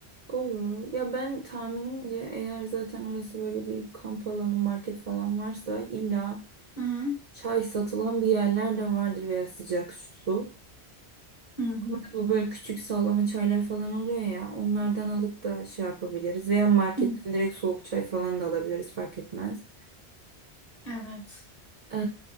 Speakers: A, on the right; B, on the left.
A: Olur. Ya ben tahminimce eğer zaten orası böyle bir kamp alanı, market falan varsa illa
B: Hı hı.
A: çay satılan bir yerler de vardır veya sıcak su.
B: Hı hı.
A: Hani Bu böyle küçük sallama çaylar falan oluyor ya onlardan alıp da şey yapabiliriz veya marketten
B: Hı.
A: direkt soğuk çay falan da alabiliriz fark etmez.
B: Evet.
A: Ee,